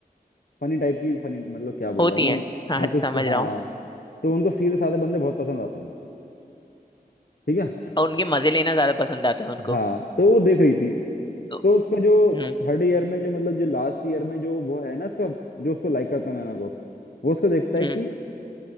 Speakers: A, on the left; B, on the left.
A: फनी टाइप की फनी मतलब क्या बोल
B: होती
A: रहा हूँ मैं
B: हैं हाँ
A: हाँ कुछ
B: समझ
A: हाँ
B: रहा हूँ
A: तो उनको सीधे साधे बंदे बहुत पसंद आते हैं ठीक है
B: और उनके मजे लेना ज्यादा पसंद आता है उनको
A: हाँ तो वो देख रही थी
B: तो
A: तो उसका जो
B: हम्म
A: थर्ड ईयर में जो मतलब जो लास्ट ईयर में जो वो है ना इसका जो उसको लाइक करता है नैना को वो उसको देखता
B: हम्म
A: है कि